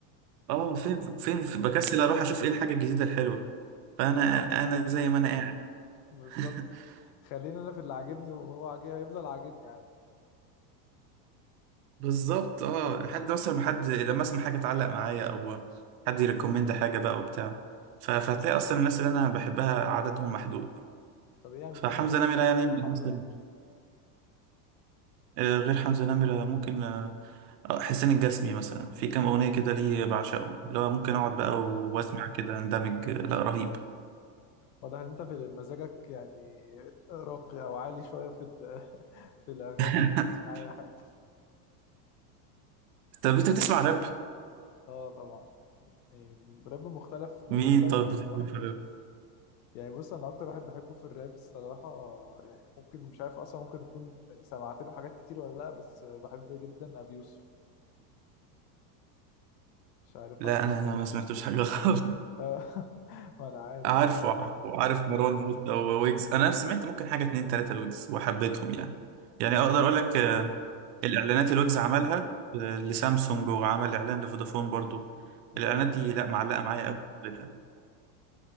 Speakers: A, on the right; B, on the left.
A: اه
B: أيوة
A: فين فين بكسل اروح اشوف ايه الحاجه الجديده الحلوه فانا
B: أنا
A: انا زي ما انا قاعد
B: بالظبط
A: <laughs>
B: خلينا أنا في اللي عاجبني وهو عاجب هيفضل عاجبني عادي
A: بالظبط اه حد مثلا ما حد لما اسمع حاجه تعلق معايا او حد يريكومند حاجه بقى وبتاع ف- فهتلاقي اصلا الناس اللي انا بحبها عددهم محدود
B: طب إيه يعني
A: فحمزه
B: بتحب مين مثلا
A: نمره يعني
B: غير
A: من الناس
B: حمزة نمرة؟
A: آه، غير حمزة نمرة ممكن آه، آه، حسين الجسمي مثلا في كام أغنية كده ليه بعشقهم لو ممكن أقعد
B: اه
A: بقى و- وأسمع كده أندمج آه، لا رهيب
B: واضح ان انت في مزاجك يعني راقي او عالي شويه في ال- <laughs> في الاغاني
A: <laughs>
B: مش بتسمع اي حاجه
A: طب أنت بتسمع راب؟
B: اه طبعا يعني راب مختلف بمختلف
A: مين طب بتحبه
B: حاجاته
A: في الراب؟
B: يعني بص انا اكتر واحد بحبه في الراب الصراحه يعني ممكن مش عارف اصلا ممكن تكون سمعت له حاجات كتير ولا لا بس بحب جدا ابي يوسف مش عارف
A: لا
B: عارفه
A: أنا
B: ولا
A: أنا
B: لا
A: ما
B: <laughs>
A: سمعتوش حاجة خالص
B: آه، ما انا
A: <laughs>
B: عارف
A: عارفه عارفه عارف مروان موسى وويجز أنا سمعت ممكن حاجة اتنين تلاتة لويجز وحبيتهم يعني يعني أقدر أقول لك آه، الإعلانات اللي ويجز عملها آه، لسامسونج وعمل إعلان لفودافون برضو الإعلانات
B: ايوه
A: دي
B: صح
A: لا معلقة معايا أوي